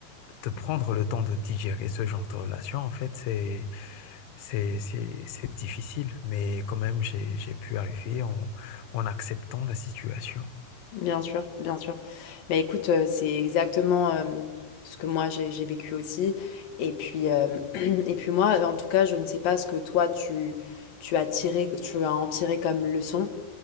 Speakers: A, on the left (about 85°); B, on the left (about 60°).
A: de prendre le temps de digérer ce genre de relation. En fait, c'est, c'est, c'est, c'est difficile, mais quand même, j'ai, j'ai pu arriver en, en acceptant la situation.
B: Bien sûr, bien sûr. Bah écoute, euh, c'est exactement euh, ce que moi j'ai j'ai vécu aussi. Et puis, euh, <clears throat> et puis moi, en tout cas, je ne sais pas ce que toi tu, tu as tiré, tu as en tiré comme leçon.